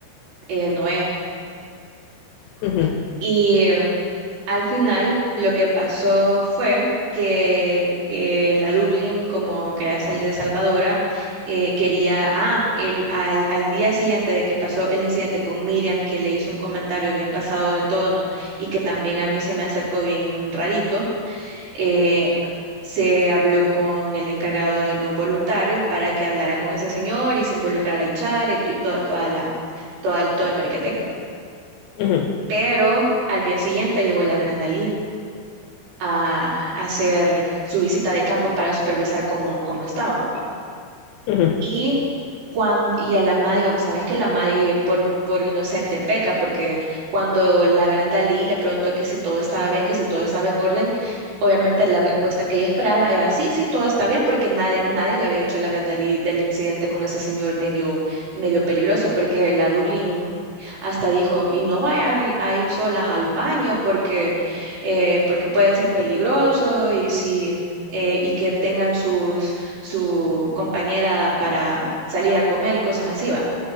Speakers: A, on the right; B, on the left.
A: eh, Noé.
B: ujú,
A: Y eh, al final lo que pasó fue que eh, la Dublín, como quería salir de Salvadora, eh, quería, ah, el, al, al día siguiente de que pasó el incidente con Miriam, que le hizo un comentario bien pasado de tono y que también a mí se me acercó bien rarito eh, se habló con el encargado de los voluntarios para que hablara con ese señor y se involucrara a Ichar y, y toda, toda la, toda el, todo el mere que tenga.
B: ujú,
A: Pero al día siguiente llegó la Brenda Lee a, a hacer su visita de campo para supervisar cómo, cómo estábamos, ¿va?
B: ujú.
A: Y, cuando, y a la Madio, vos sabés que la Madio por, por inocente peca, porque cuando la Brenda Lee le preguntó que si todo estaba bien, que si todo estaba en orden, obviamente la respuesta que ella esperaba era sí, sí, todo está bien, porque nadie, nadie le había dicho a la Brenda Lee del incidente con ese señor medio, medio peligroso, porque la Dublín hasta dijo, y no vayan a ir solas al baño porque, eh, porque puede ser peligroso y si... eh, y que tengan sus, su compañera para salir a comer y cosas así, va.